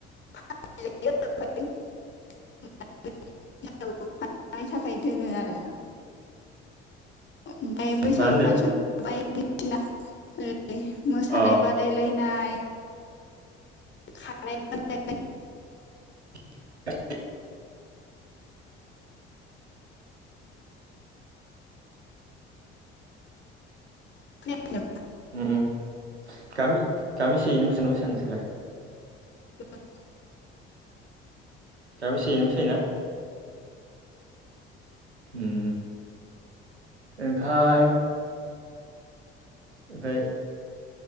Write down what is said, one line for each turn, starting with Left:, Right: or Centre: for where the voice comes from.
Left: <unintelligible> <unintelligible> थाखाय दोनो आरो ओमफाय बैसागु
Right: मा होनदो
Left: फानसन बायदिसिना <unintelligible> मोसानाय
Right: अ
Left: बाद दायलायनाय <unintelligible>
Right: <unintelligible>
Left: <unintelligible>
Right: उम गामि गामि सेयैनो मोसायोना मोसाया नोंसोरलाय?
Left: <inaudible>
Right: <unintelligible> उम ओमफाय ओमफाय